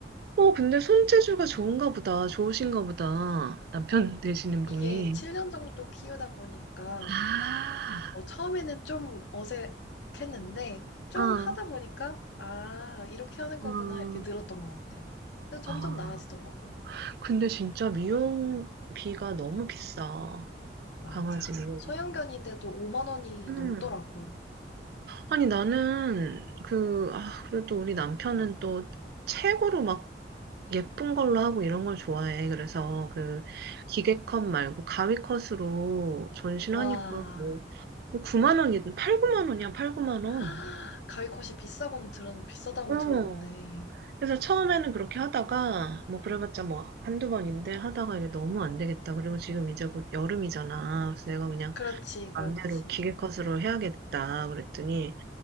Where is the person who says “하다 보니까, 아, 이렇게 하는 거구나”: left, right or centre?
Left